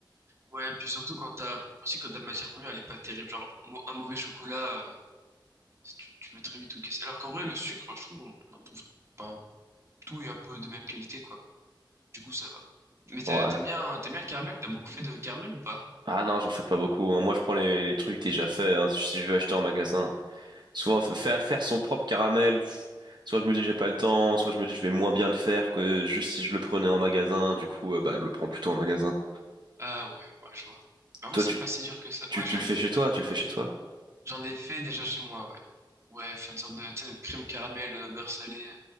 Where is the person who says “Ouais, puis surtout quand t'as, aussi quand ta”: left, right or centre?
Right